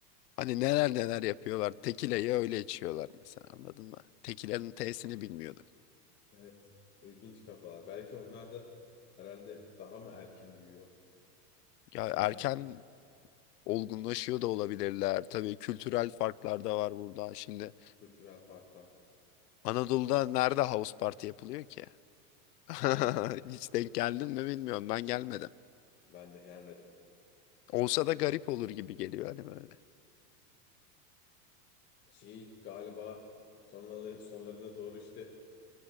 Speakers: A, on the left; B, on the left.
A: Hani neler neler yapıyorlar. Tekileyi öyle içiyorlar mesela anladın mı? Tekilerin T'sini bilmiyordum.
B: Evet, ilginç kafalar. Belki onlar da herhalde daha mı erken büyüyor
A: Ya
B: şeyden,
A: erken olgunlaşıyor da olabilirler. Tabii kültürel farklar da var burada. Şimdi
B: kültürel farktan.
A: Anadolu'da nerede house party yapılıyor ki? <laughs>
B: Yani
A: Hiç denk geldin mi bilmiyorum. Ben gelmedim.
B: ben de gelmedim.
A: Olsa da garip olur gibi geliyor hani böyle.
B: Şey galiba sonları, sonlarına doğru işte